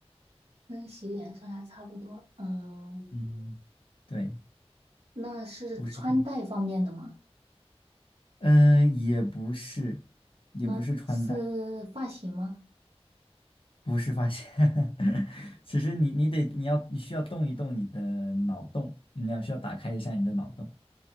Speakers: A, on the right (about 65°); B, on the left (about 55°).
A: 跟洗脸刷牙差不多，嗯，
B: 嗯，对，
A: 那是穿戴方面的吗？
B: 不是。嗯，也不是，也不是穿戴，
A: 那是发型吗？
B: 不是发现。<laughs> 其实你你得你要你需要动一动你的脑洞，你要需要打开一下你的脑洞。